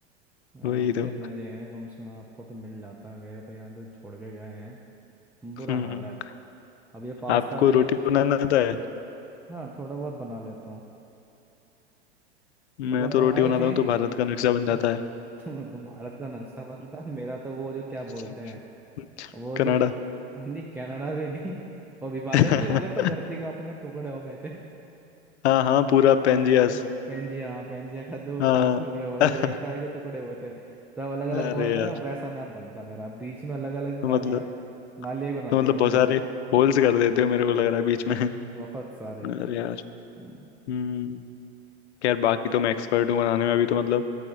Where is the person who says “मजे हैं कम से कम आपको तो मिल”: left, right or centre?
Centre